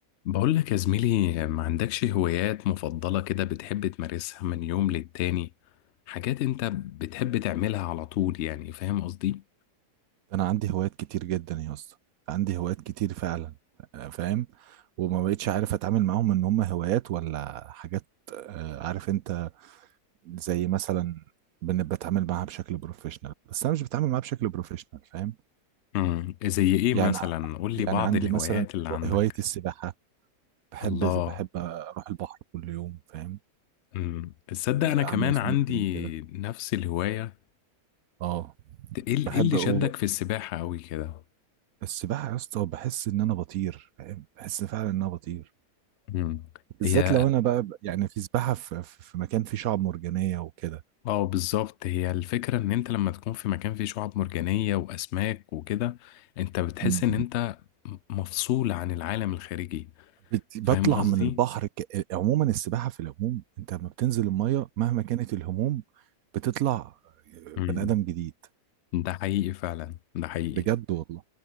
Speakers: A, on the left (about 80°); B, on the right (about 70°).
A: بقول لك يا زميلي ما عندكش هوايات مفضلة كده بتحب تمارسها من يوم للتاني حاجات انت بتحب تعملها على طول يعني فاهم قصدي؟
B: انا عندي هوايات كتير جدا يا اسطى عندي هوايات كتير فعلا فاهم وما بقتش عارف اتعامل معاهم ان هم هوايات ولا حاجات آه، عارف انت زي مثلا بن- بتعامل معاها بشكل بروفيشنال بس انا مش بتعامل معاها بشكل بروفيشنال فاهم
A: امم زي ايه
B: يعني
A: مثلا قول
B: يعني
A: لي بعض
B: عندي
A: الهوايات
B: مثلا
A: اللي عندك
B: هواية السباحة بحب
A: الله
B: بحب اروح البحر كل يوم فاهم
A: امم تصدق
B: آه،
A: انا كمان
B: اعمل سنوركلينج
A: عندي
B: كده
A: نفس الهوايه
B: اه
A: ايه ال-
B: بحب
A: إيه اللي
B: أو...
A: شدك في السباحه قوي كده
B: السباحة يا اسطى بحس ان انا بطير فاهم بحس فعلا ان انا بطير
A: امم
B: بالذات
A: هي
B: لو انا بقى يعني في سباحه في, في في مكان فيه شعاب مرجانيه وكده
A: اه بالظبط هي الفكره ان انت لما تكون في مكان فيه شعاب مرجانيه واسماك وكده انت بتحس
B: مم.
A: ان انت م- مفصول عن العالم الخارجي
B: بت- بطلع
A: فاهم قصدي
B: من البحر ك... عموما السباحه في العموم انت لما بتنزل الميه مهما كانت الهموم بتطلع
A: امم
B: بني ادم جديد
A: ده حقيقي فعلا ده حقيقي
B: بجد والله